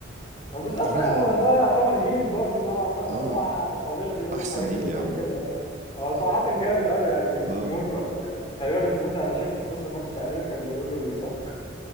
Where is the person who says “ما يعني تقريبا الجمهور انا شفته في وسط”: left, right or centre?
Left